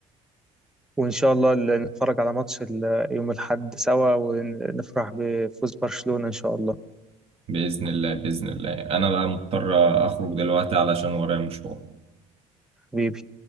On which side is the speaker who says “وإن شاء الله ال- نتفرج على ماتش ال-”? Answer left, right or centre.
Centre